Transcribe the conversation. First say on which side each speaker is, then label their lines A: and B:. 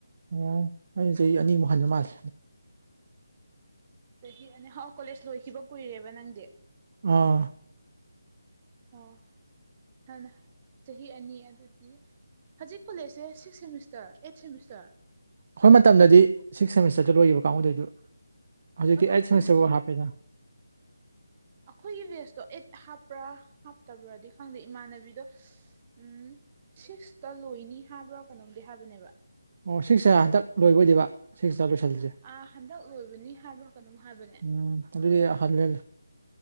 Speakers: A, on the right; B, on the right.
A: ꯑꯣ ꯑꯩꯅ ꯆꯍꯤ ꯑꯅꯤꯃꯨꯛ ꯍꯟꯕ ꯃꯥꯂꯤ
B: ꯆꯍꯤ ꯑꯅꯤꯍꯥꯎ ꯀꯣꯂꯦꯖ ꯂꯣꯏꯈꯤꯕ ꯀꯨꯏꯔꯦꯕ ꯅꯪꯗꯤ
A: ꯑꯥ
B: ꯑꯣ ꯍꯥꯟꯅ ꯆꯍꯤ ꯑꯅꯤ ꯑꯗꯨꯗꯤ ꯍꯧꯖꯤꯛ ꯀꯣꯂꯦꯖꯁꯦ ꯁꯤꯛꯁ ꯁꯦꯃꯤꯁꯇꯔ ꯑꯩꯠ ꯁꯦꯃꯤꯁꯇꯔ
A: ꯑꯩꯈꯣꯏ ꯃꯇꯝꯗꯗꯤ ꯁꯤꯛꯁ ꯁꯦꯃꯤꯁꯇꯔꯗ ꯂꯣꯏꯈꯤꯕ ꯀꯥꯡꯕꯨꯗꯨ ꯑꯣꯢꯗꯣꯢꯕ ꯍꯧꯖꯤꯛꯇꯤ
B: ꯑꯗꯣ
A: ꯑꯩꯠ
B: ꯍꯥꯟꯅ
A: ꯁꯦꯃꯤꯁꯇꯔꯐꯥꯎ ꯍꯥꯞꯄꯦꯗꯅ
B: ꯑꯩꯈꯣꯏꯒꯤ ꯕꯦꯁꯇꯣ ꯑꯦꯠ ꯍꯥꯞꯄ꯭ꯔꯥ ꯍꯥꯞꯇꯕ꯭ꯔꯗꯤ ꯈꯪꯗꯦ ꯏꯃꯥꯟꯅꯕꯤꯗꯣ ꯎ ꯁꯤꯛꯁꯇ ꯂꯣꯏꯅꯤ ꯍꯥꯏꯕ꯭ꯔꯥ ꯀꯩꯅꯣꯝꯗꯤ ꯍꯥꯏꯕꯅꯦꯕ
A: ꯑꯣ ꯁꯤꯛꯁꯦ ꯍꯟꯗꯛ ꯂꯣꯏꯕ ꯑꯣꯏꯗꯣꯢꯕ ꯁꯤꯛꯁ ꯇꯥ ꯂꯣꯏꯁꯤꯜꯂꯤꯁꯦ
B: ꯑꯥ ꯍꯟꯗꯛ ꯂꯣꯏꯕꯅꯤ ꯍꯥꯏꯕ꯭ꯔꯥ ꯀꯩꯅꯣꯝ ꯍꯥꯏꯕꯅꯦ
A: ꯎꯝ ꯑꯗꯨꯗꯤ ꯍꯜꯂꯦꯅꯦ